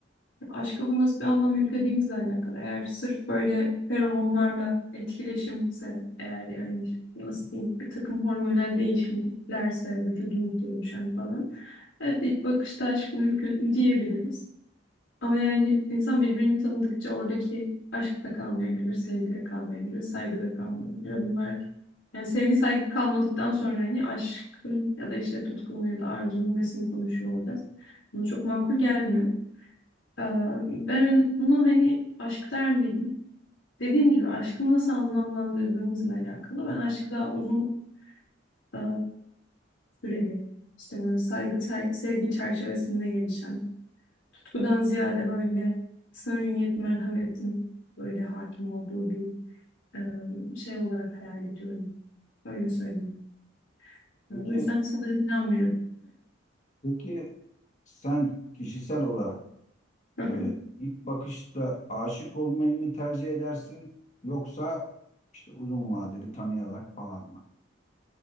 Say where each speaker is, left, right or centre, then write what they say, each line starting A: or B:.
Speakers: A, on the left; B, on the left.
A: Aşka bu nasıl bir anlam yüklediğimizle alakalı. Eğer sırf böyle feromonlarla etkileşimse eğer yani nasıl diyeyim bir takım hormonal değişimlerse vücudumuzda oluşan falan. Evet ilk bakışta aşk mümkün diyebiliriz. Ama yani insan birbirini tanıdıkça oradaki aşk da kalmayabilir, sevgi de kalmayabilir, saygı da kalmayabilir. Bunlar yani sevgi saygı kalmadıktan sonra hani aşkın ya da işte tutkunun ya da arzunun nesini konuşuyor olacağız. Buna çok makul gelmiyor. Ee, ben bunu hani aşk der miydim? Dediğim gibi aşkı nasıl anlamlandırdığımızla alakalı. Ben aşkı daha uzun e, süreli işte böyle saygı, ter- sevgi çerçevesinde gelişen tutkudan ziyade böyle samimiyet, merhametin böyle hakim olduğu bir e, şey olarak hayal ediyorum. Öyle söyleyeyim.
B: Peki
A: E, O yüzden sanırım inanmıyorum.
B: peki sen kişisel olarak
A: Hı
B: e,
A: hı.
B: ilk bakışta aşık olmayı mı tercih edersin yoksa işte uzun vadeli tanıyarak falan mı?